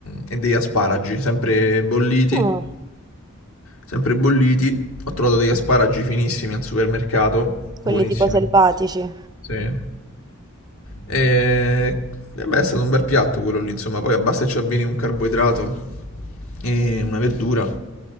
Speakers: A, on the left (about 75°); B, on the right (about 20°).
A: e degli asparagi, sempre bolliti,
B: Ah,
A: sempre bolliti. Ho trovato degli asparagi finissimi al supermercato, buonissimi.
B: quelli tipo selvatici.
A: Sì. E, e beh, è stato un bel piatto quello lì, insomma, poi basta che ci avvini un carboidrato e una verdura